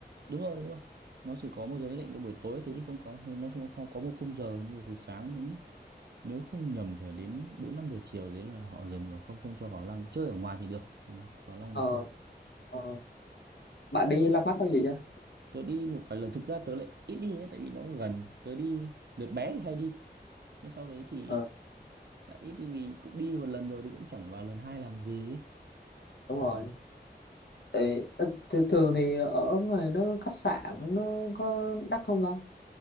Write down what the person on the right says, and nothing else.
đúng rồi đúng rồi nó chỉ có một giờ nhất định là buổi tối thứ thì không có thì nó chỉ có, có một khung giờ như từ sáng đến nếu không nhầm thì đến bốn năm giờ chiều đấy là họ dừng rồi không không cho vào lăng chơi ở ngoài thì được còn vào lăng
thì không
tớ đi một vài lần thực ra tớ lại ít đi nhé tại vì nó gần tớ đi đợt bé thì hay đi nhưng sau đấy thì
lại ít đi vì cũng đi một lần rồi thì cũng chẳng vào lần hai làm gì ấy.